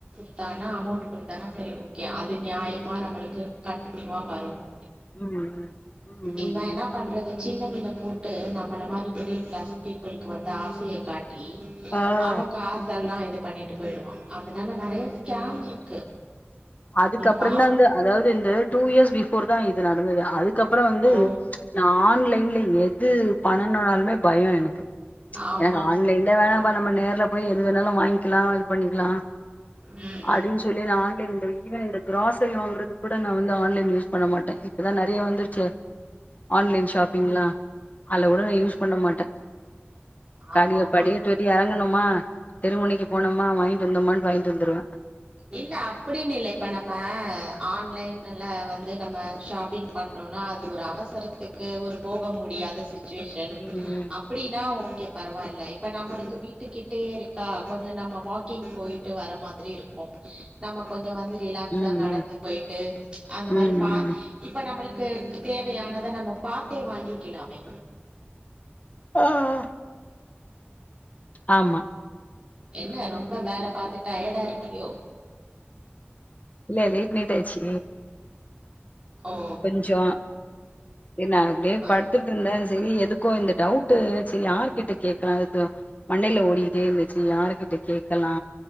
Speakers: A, on the right (about 25°); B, on the left (about 40°).
A: <inaudible> கான அமௌண்ட்டு குடுத்தானா செரி ஓகே அது நியாயமா நம்மளுக்கு கண்ட்ன்யூவா வரு <inaudible>
B: ம் ம் ம் ம்
A: இவ என்ன
B: ம்
A: பண்றது சின்ன மீன போட்டு நம்மள மாரி மிடில் கிளாஸ் பீப்பிள்க்கு வந்து ஆசைய காட் டி
B: ஆ
A: அவ காசெல்லா இது பண்ணிட்டு போயிடுவா அதனால நெறைய ஸ்கேம் இருக்கு
B: அதுக்கப்பறந்தா
A: பா
B: இந்த அதாவ்து இந்த டூ இயர்ஸ் பிஃபோர் தா இது நடந்தது அதுக்கப்பறோ வந்து
A: ஓ
B: நா ஆன்லைன்ல யே இது பண்ணனுனால்மே பயோ எனக்கு
A: ஆமா
B: எனக்கு
A: ஆமா
B: ஆன்லைன்ல வேணாம்ப்பா நம்ம நேர்ல போய் எதுனாலு வாங் கிலா இது பண்ணிக்லா
A: ம்
B: அப்டின்
A: ம்
B: சொல்லி நா ஆன்லைன் இந்த ஈவன் இந்த க்ராசரி வாங்கறதுக் கூட நா வந்த ஆன்லைன் யூஸ் பண்ண மாட்டே இப்ப தா நெறைய வந்துரு ச்சே ஆன்லைன் ஷாப்பிங்லா அல்ல கூட நா யூஸ் பண்ண மாட்டே காலியா
A: ஆமா ஆமா
B: படிகட்டு விட்டு எறங்கணோமா தெருமுனைக்கு போனோ மா வாங்ட்டு வந்தோமான்ட்டு வாங்ட்டு வந்துருவே
A: இல்ல அப்டின்னில்ல இப்ப நம்ம ஆன்லைனுல வந்து நம்ம ஷாப்பிங் பண்றோன்னா அது ஒரு அவசரத்துக்கு ஒரு போக முடியாத சு ச்சுவேஷன்
B: ம் ம்
A: அப்படின்னா ஓகே பரவாயில்ல இப்ப நம்மளுக்கு வீட்டுக்கிட்டயே இருக்கா கொஞ்சோ நம்ம வாக்கிங் போய்ட்டு வர மாதிரி இருக் கு நம்ம கொஞ்ச வந்து ரிலாக்ஸா
B: ம்
A: நடந்து போயிட்டு அந்த
B: ம்
A: மாரி பா
B: ம் ம்
A: இப்ப நம்மளுக் கு தேவையானத நம்ம பாத்தே வாங்கிக்கலாமே
B: ஆஹ் ஆமா
A: என்ன ரொம்ப வேல பாத்து டயாடாருக்கியோ
B: இல்ல லேட் நைட் ஆயிச்சி
A: ஓ
B: கொஞ்சோ செரி நான் அப்டியே
A: ஆ
B: படுத்துட்டு இருந்தே செரி எதுக்கு க்கோ இந்த டவுட் ட்டு செர் யார் கிட்ட கேட்கலாம் இது மண்டயில ஓடிட்டே இருந்துச்சு யாருகிட்ட கேட்கலா